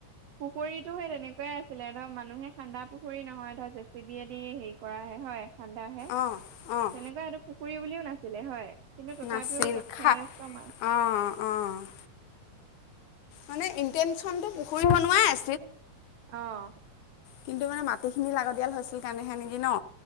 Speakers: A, on the right; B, on the left.
A: পুখুৰীটো সেই তেনেকুৱাই আছিলে ধৰ মানুহে খান্দা পুখুৰী নহয় ধৰ জে চি বিয়ে দি হেৰি কৰাহে হয়। ঠাণ্ডাহে, তেনেকুৱা
B: অঁ অঁ
A: এইটো পুখুৰী বুলিও নাছিলে হয় কিন্তু তথাপিও
B: নাছিল
A: যথেষ্ট
B: খা
A: মাছ
B: অঁ অঁ মানে ইনটেনচন টো পুখুৰীব নোৱাৰে
A: <unintelligible> আহ <inaudible>
B: কিন্তু মানে মাটিখিনি লাগতিয়াল হৈছিল কাৰণেহে নেকি ন